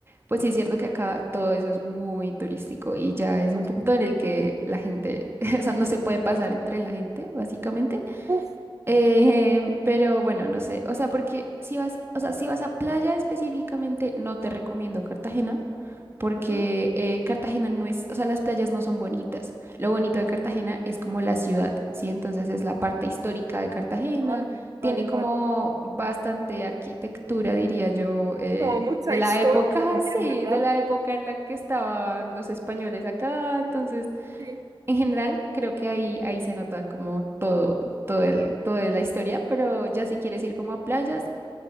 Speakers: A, on the right (about 25°); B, on the right (about 45°).
A: pues sí es cierto que acá todo eso es muy turístico y ya es un
B: Mm.
A: punto en el que la gente, <laughs> o sea, no se puede pasar entre la gente, básicamente.
B: Uf,
A: Eh, pero bueno, no sé. O sea, porque si vas, o sea, si vas a playa específicamente, no te recomiendo Cartagena porque
B: ujú,
A: eh, Cartagena no es, o sea, las playas no son bonitas. Lo bonito de Cartagena es como la ciudad, ¿sí? Entonces es la parte histórica de Cartagena,
B: Vale,
A: tiene
B: vale,
A: como
B: vale.
A: bastante arquitectura, diría yo, eh,
B: Como mucha
A: de la
B: historia
A: época,
B: también,
A: <laughs> sí,
B: ¿verdad?
A: de la época en la que estaban los españoles acá. Entonces,
B: Sí.
A: en general, creo que ahí, ahí se nota como todo, todo el, toda la historia, pero ya si quieres ir como a playas,